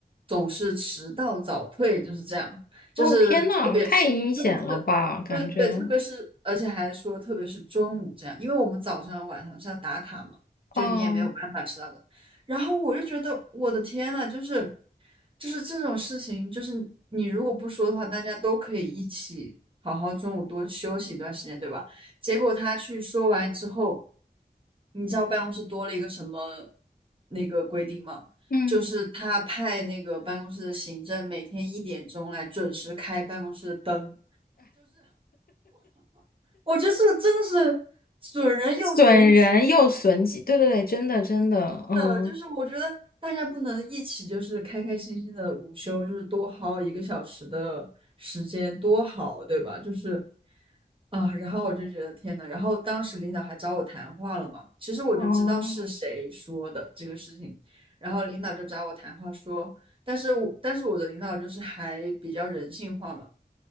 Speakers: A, on the right; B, on the left.
A: 总是迟到早退，就是这样，就是特别是特别是对对对，
B: 哦天呐，太阴险了吧，感觉，
A: 特别是而且还说特别是中午这样，因为我们早上晚上是要打卡嘛。就你也没有办法知道的。
B: 嗯
A: 然后我就觉得我的天呐，就是就是这种事情，就是你如果不说的话，大家都可以一起好好中午多休息一段时间，对吧？结果他去说完之后，你知道办公室多了一个什么那个规定吗？
B: 嗯，
A: 就是他派那个办公室的行政每天一点钟来准时开办公室的灯。我觉得这个真的是损人又损己。
B: 损人又损己，对对对，真的真的，嗯
A: 的，就是我觉得大家不能一起就是开开心心的午休，就是多薅一个小时的时间，多好，对吧？就是啊，然后我就觉得天呐，然后当时领导还找我谈话了嘛，其实我就知道是谁说的这个事情，
B: 嗯
A: 然后领导就找我谈话说，但是我但是我的领导就是还比较人性化嘛。